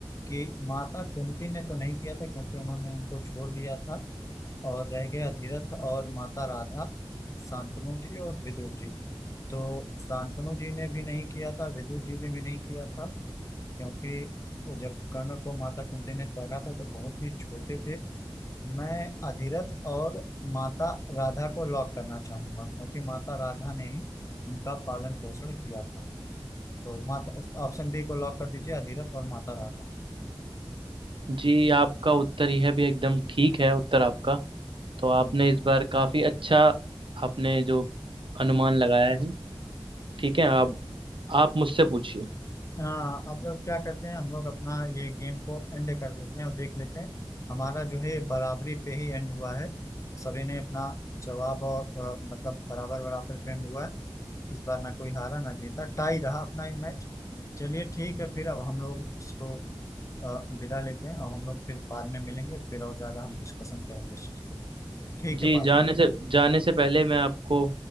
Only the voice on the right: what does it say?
जी आपका उत्तर यह भी एकदम ठीक है उत्तर आपका तो
आपने इस बार काफी अच्छा आपने जो अनुमान लगाया है ठीक है अब आप मुझसे पूछिए
जी
जाने से जाने से पहले मैं आपको